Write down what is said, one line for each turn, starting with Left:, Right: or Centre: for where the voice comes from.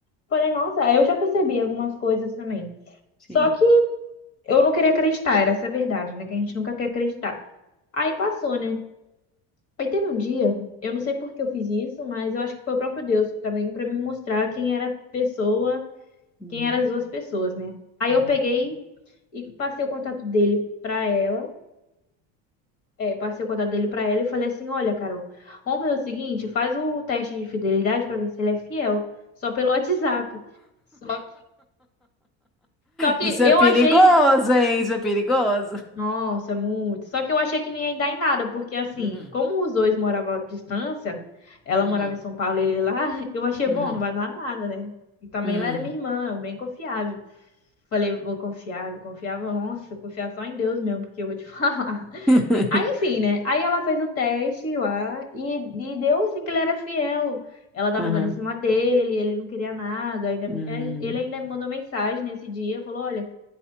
Left: Falei, nossa, aí eu já percebi algumas coisas também.
Centre: sim.
Left: Só que eu não queria acreditar, era essa a verdade, né? Que a gente nunca quer acreditar. Aí passou, né? Aí teve um dia, eu não sei por que eu fiz isso, mas eu acho que foi o próprio Deus também pra me mostrar quem era a pessoa,
Centre: Uhum,
Left: quem eram as duas pessoas, né? Aí
Centre: uhum.
Left: eu peguei e passei o contato dele pra ela, é, passei o contato dele pra ela e falei assim: "Olha, Carol, vamos fazer o seguinte, faz o teste de fidelidade pra ver se ele é fiel, só pelo WhatsApp". Só, só que
Centre: Isso é
Left: eu
Centre: perigoso,
Left: achei
Centre: hein? Isso é perigoso.
Left: Nossa, muito. Só que eu achei que nem ia dar em nada, porque assim,
Centre: Uhum,
Left: como os dois moravam à distância, ela
Centre: uhum,
Left: morava em São Paulo e ele lá, <laughs> eu achei
Centre: uhum,
Left: bom, não vai dar nada, né? E também
Centre: uhum.
Left: ela era minha irmã, eu bem confiável. Falei, vou confiar, vou confiar, nossa, confiar só em Deus mesmo, porque eu vou te <laughs> falar.
Centre: <laughs>
Left: Aí, enfim, né? Aí ela fez o teste lá e, e deu assim que ele era fiel. Ela tava
Centre: Aham,
Left: dando em cima dele, ele não queria nada. ainda-
Centre: uhum,
Left: é, ele ainda me mandou mensagem nesse dia, falou, olha.